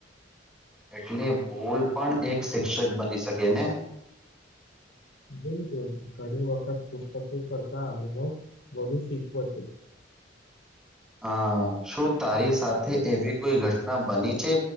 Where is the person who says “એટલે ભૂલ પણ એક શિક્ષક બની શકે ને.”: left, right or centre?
Centre